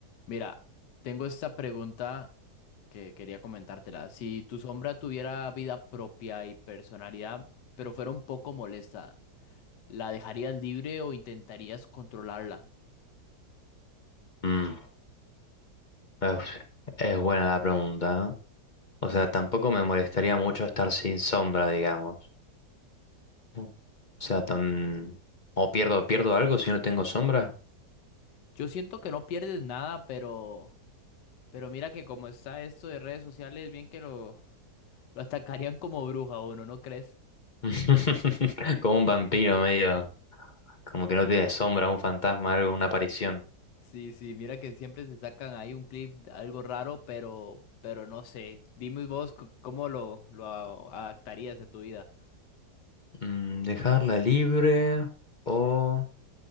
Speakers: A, on the left; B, on the left.
A: Mira, tengo esta pregunta que quería comentártela. Si tu sombra tuviera vida propia y personalidad, pero fuera un poco molesta, ¿la dejarías libre o intentarías controlarla?
B: Mm, uf, es buena la pregunta. ¿eh? O sea, tampoco me molestaría mucho estar sin sombra, digamos. O sea, tan... O pierdo, pierdo algo si no tengo sombra.
A: Yo siento que no pierdes nada, pero, pero mira que como está esto de redes sociales, bien que lo, lo atacarían como bruja a uno, ¿no crees?
B: <laughs> Como un vampiro medio. Como que no tiene sombra, un fantasma, algo, una aparición.
A: Sí, sí, mira que siempre se sacan ahí un clip, algo raro, pero, pero no sé. Dime vos c- cómo lo, lo a- adaptarías de tu vida.
B: Mm, dejarla libre o...